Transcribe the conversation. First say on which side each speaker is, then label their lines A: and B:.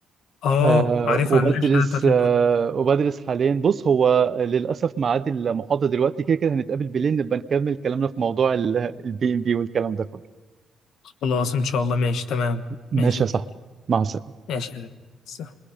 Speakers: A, on the left; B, on the right.
A: اه
B: أه
A: عارفها
B: وبدرس
A: الشهاده بتاعت
B: أه وبدرس حاليا بص هو للأسف ميعاد المحاضرة دلوقتي كده كده هنتقابل بالليل نبقى نكمل كلامنا في موضوع البي ام بي والكلام ده كله
A: خلاص إن شاء الله ماشي تمام
B: ماشي
A: ماشي
B: يا
A: كبير.
B: صاحبي مع السلامة
A: ماشي يا غالي. سلام.